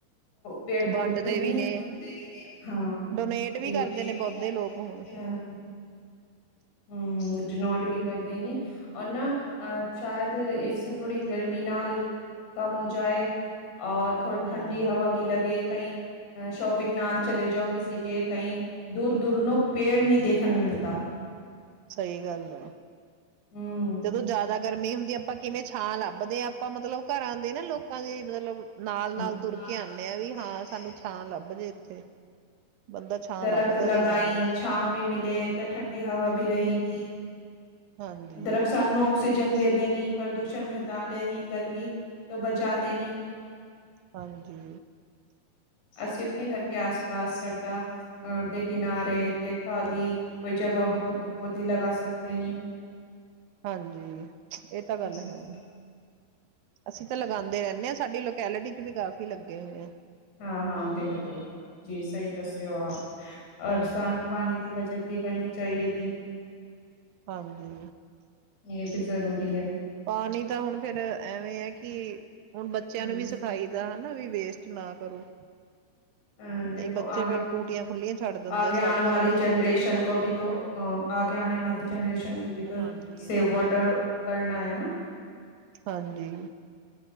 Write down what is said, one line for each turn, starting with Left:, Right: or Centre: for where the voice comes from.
Left: ਪੇੜ ਪੌਦੇ
Right: ਵੰਡਦੇ
Left: ਨਹੀ,
Right: ਵੀ ਨੇ
Left: ਵੰਡਦੇ ਵੀ ਨੇ, ਹਾਂ
Right: ਡੋਨੇਟ ਵੀ
Left: ਡੋਰਨੇਨ
Right: ਕਰਦੇ ਨੇ ਪੌਦੇ
Left: ਵੀ ਕਰਦੇ
Right: ਲੋਕ
Left: ਨੇ
Right: ਹੁਣ
Left: ਬਹੁਤੇ ਲੋਕ ਹੂ ਡਨੋਡ ਵੀ ਕਰਦੇ ਨੀ। ਔਰ ਨਾ, ਅਹ ਸ਼ਾਇਦ ਇਸ ਥੋੜ੍ਹੀ ਗਰਮੀ ਨਾਲ ਕੰਮ ਹੋ ਜਾਏ। ਥੋੜਾ ਠੰਡ
Right: ਹਮ
Left: ਕਿ ਹਵਾ ਵੀ ਲੱਗੇ ਕਈ ਸ਼ੋਪਿੰਗ ਨਾਲ ਚਲੇ ਜਾਓ। ਕਿਸੀ ਕੇ ਕਹੀ ਦੂਰ ਦੁਰਨੋਂ ਪੇੜ ਨਹੀਂ ਦੇਖਣ ਨੂੰ ਮਿਲਦਾ
Right: ਸਹੀ ਗੱਲ ਹੈ।
Left: ਹੂੰ।
Right: ਜਦੋਂ ਜ਼ਿਆਦਾ ਗਰਮੀ ਹੁੰਦੀ। ਆਪਾਂ ਕਿਵੇਂ ਛਾਂ ਲੱਭਦੇ ਹਾਂ, ਆਪਾਂ ਮਤਲਬ ਘਰਾਂ ਦੇ ਨਾ ਲੋਕਾਂ ਦੇ ਮਤਲਬ ਨਾਲ ਨਾਲ
Left: ਨਾਲ
Right: ਤੁਰ ਕੇ ਆਉਂਦੇ
Left: ਨਾਲ ਤੁਰ
Right: ਹਾਂ ਵੀ
Left: ਕੇ ਆਂਦੇ
Right: ਹਾਂ ਸਾਨੂੰ ਛਾਂ
Left: ਹਾਂ।
Right: ਲੱਭ ਜੇ ਇੱਥੇ ਬੰਦਾ ਛਾਂ
Left: ਦਰਖਤ
Right: ਲੱਭਦਾ
Left: ਲਗਾਈ,
Right: ਵੀ ਹਾਂ
Left: ਛਾਂ ਵੀ ਮਿਲੇ, ਠੰਡੀ ਹਵਾ ਵੀ ਰਹੇਗੀ।
Right: ਹਾਂਜੀ
Left: ਦਰਖਤ ਸਾਨੂੰ ਆਕਸੀਜਨ ਦੇਂਦੇ ਦੇਣੀ ਪ੍ਰਦੂਸ਼ਣ ਘਟਾ ਦੇਣੀ, ਗਰਮੀ ਤੋਂ ਬਚਾ ਦੇਣੀ।
Right: ਹਾਂਜੀ।
Left: ਅਸੀਂ ਆਪਣੇ ਘਰ ਕੇ ਆਸ ਪਾਸ ਸੜਕਾਂ ਦੇ ਕਿਨਾਰੇ ਤੇ ਖਾਲੀ ਕੋਈ ਜਗ੍ਹਾ ਹੋ ਤਾਂ ਪੌਦੇੇ ਲਗਾ ਸਕਦੇ ਨੀ।
Right: ਹਾਂਜੀ। ਇਹ ਤਾਂ
Left: ਹੂੰ
Right: ਗੱਲ ਹੈ। ਅਸੀਂ ਤਾਂ ਲਗਾਉਂਦੇ ਰਹਿੰਦੇ ਹਾਂ ਸਾਡੀ ਲੋੈਕੇਲਟੀ ਚ ਵੀ। ਕਾਫ਼ੀ ਲੱਗੇ ਹੋਏ ਆ।
Left: ਹਾਂ -ਹਾਂ,
Right: ਹਮ,
Left: ਬਿਲਕੁਲ ਜੀ ਸਹੀ ਦੱਸਿਓ ਆਪ। ਔਰ ਸਾਨੂੰ ਪਾਣੀ ਦੀ ਬੱਚਤ ਵੀ ਕਰਨੀ ਚਾਹੀਦੀ।
Right: ਹਾਂਜੀ।
Left: ਇਹ ਵੀ ਜ਼ਰੂਰੀ ਹੈ।
Right: ਪਾਣੀ ਤਾਂ ਹੁਣ ਫੇਰ ਐਵੇਂ ਹੈ। ਕਿ ਹੁਣ ਬੱਚਿਆਂ
Left: ਹੂੰ
Right: ਨੂੰ ਵੀ ਸਿਖਾਈ ਹੈਨਾ ਵੀ ਵੇਸਟ ਨਾ ਕਰੋ।
Left: ਅਹ ਦੇਖੋ
Right: ਨਹੀਂ ਬੱਚੇ
Left: ਆ
Right: ਫੇਰ ਟੂਟੀਆਂ ਖੁੱਲੀਆਂ ਛੱਡ ਦਿੰਦੇ
Left: ਆਗੇ
Right: ਆ
Left: ਆਉਣ
Right: ਸਭ ਜਗ੍ਹਾ
Left: ਵਾਲੀ
Right: ਹੀ।
Left: ਜਨਰੇਸ਼ਨ ਕੋ ਵੀ ਆਗੇ ਆਣੇ ਵਾਲੀ ਜਨਰੇਸ਼ਨ ਕੋ ਵੀ
Right: ਹਾਂਜੀ,
Left: ਸੇਵ
Right: ਇਹ ਤਾਂ
Left: ਵਾਟਰ
Right: ਹੈ।
Left: ਕਰਨਾ ਹੈ ਨਾ।
Right: ਹਾਂਜੀ,